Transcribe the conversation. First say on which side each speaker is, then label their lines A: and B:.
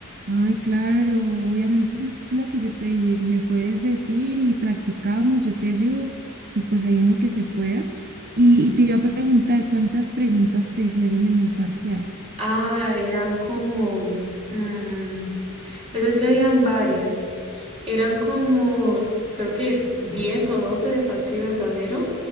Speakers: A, on the right; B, on the right.
A: ay, claro, obviamente sí, lo que yo te dije, me puedes decir y practicamos, yo te ayudo y pues ahí en lo que se pueda. Y, y te iba a preguntar, ¿cuántas preguntas te hicieron en el parcial?
B: Ah, eran como, mm, pues es que habían varias. Eran como, creo que 10 o 12 de falso y verdadero.